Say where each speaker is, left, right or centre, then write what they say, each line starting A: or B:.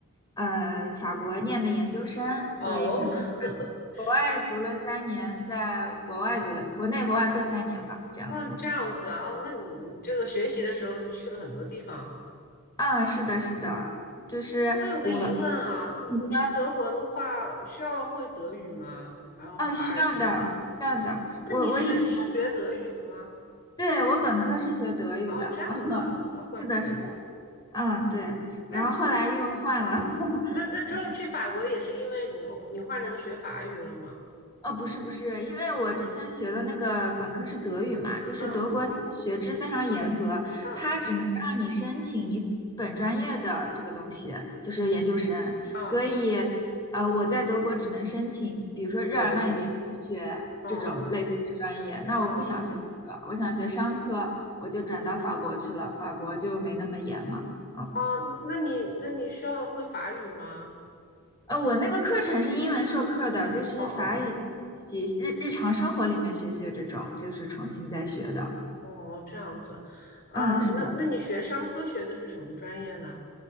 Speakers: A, on the left; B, on the left.
A: 呃法国念的研究生，所以可能
B: 哦，<laughs>
A: 国外读了三年，在国外读了国内国外各三年吧，这样子。
B: 哦，这样子啊，哦，那你你这个学习的时候就去了很多地方。
A: 嗯，是的，是的，就是我，
B: 那我有个疑问啊，你你去德国的话，
A: 你说。
B: 需要会德语吗？然后法语？
A: 啊，需要的，需要的。
B: 那你是学德语的吗？
A: 我我以前对我本科是学德语的，
B: 哦，
A: 啊
B: 这样子啊，那、怪不得。
A: 是的，是的，嗯，对。然后后来又换了，
B: 那
A: <laughs>
B: 那那之后去法国也是因为你你换成学法语了吗？
A: 哦，不是不是，因为我之前学的那个本科是德语嘛，就是德国它的学制非常严格，
B: 嗯嗯。
A: 它只能让你申请你本专业的这个东西，就是研究生。
B: 啊，
A: 所以，呃，我在德国只能申请，比如说日耳曼语言文学这种类似的专业。
B: 德语，哦，
A: 那我不想学这个，
B: 哦，
A: 我想学商科，我就转到法国去了，法国就没那么严嘛。嗯
B: 哦，那你那你需要会法语吗？
A: 呃，我那个课程是英文授课的，就是法语，
B: 哦哦
A: 就是自己日日常生活里面学学这种，就是重新再学的。
B: 哦，哦，这样子，啊，
A: 嗯，是的，
B: 那那你学商科学的是什么专业呢？